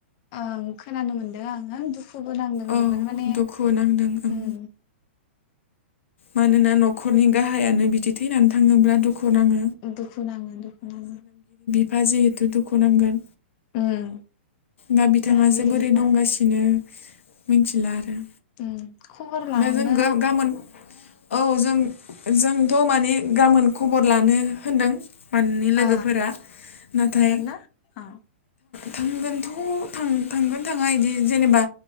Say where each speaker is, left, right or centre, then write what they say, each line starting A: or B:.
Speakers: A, on the left; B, on the left.
A: ओं खोनानो मोनदों आङो दुखु खुबो नांदों
B: औ
A: जोबोद माने हुम
B: दुखु नांदों ओं मानोना न'खरनि गाहायानो बिदि थैनानै थाङोब्ला दुखु नाङो।
A: दुखु नाङो दुखु नाङो।
B: दा जिहेथु दुखु नांगोन
A: उम
B: दा बिथाङासो
A: जों
B: बोरै दंगासिनो मिथिला आरो।
A: उम खबर लांनो
B: दा जों ग्रोम गामोन औ जों जों थ' माने गाबोन खबर लानो होनदों। माने लोगोफोरा
A: आ
B: नाथाय
A: थांगोन ना अ
B: थांगोनथ' थ थांगोन थाङा बिदि जेनेबा